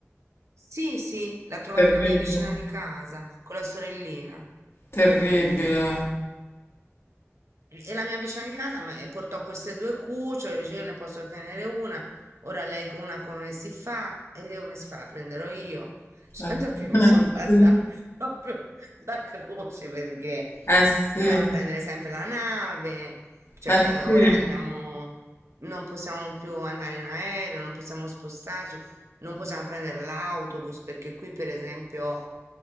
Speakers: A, on the right; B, on the left.
A: Sì, sì, l'ha trovata
B: terribile,
A: la mia vicina di casa con la sorellina.
B: terribile,
A: E e la mia vicina di casa me- portò queste due cucciole, dice io ne posso tenere una, ora lei con una come si fa? E io come si fa? La prenderò io. <laughs>
B: eh
A: Tanto che mi sono fatta
B: eh,
A: <laughs> proprio la croce perché
B: sì,
A: dobbiamo
B: eh
A: prendere sempre la nave,
B: sì,
A: cioè
B: eh
A: eh,
B: sì,
A: ora dobbiamo, non possiamo più andare in aereo, non possiamo spostarci, non possiamo prendere l'autobus perché qui per esempio